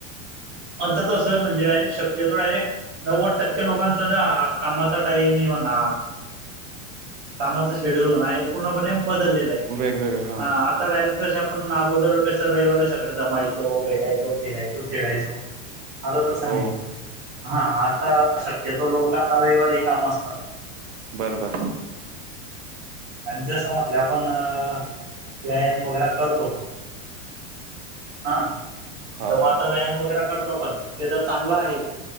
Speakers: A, on the right (about 40°); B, on the right (about 70°).
A: आता तसं म्हणे डायरेट शकतो डयेक्ट नव्वद टक्के लोकांचा जा कामाचा टाईम आहे म्हणा कामाच शेड्यूल म्हणा पूर्णपणे बदललेलं आहे.
B: वेगवेगळ हा.
A: आता डायरेक्ट जे आपण अगोदर सर रविवारी सगळे जमायचो, भेटायचो, फिरायचं, खेळायचो.
B: हो
A: आलं तसं
B: हो
A: नाही हा आता शक्यतो लोकांना रविवारी काम असतात.
B: बरं बर
A: आणि जसं म्हटलं आपण अ व्यायाम वगैरे करतो हा
B: हा.
A: तर मग आता व्यायाम वगैरे करतो आपण ते तर चांगलं आहे.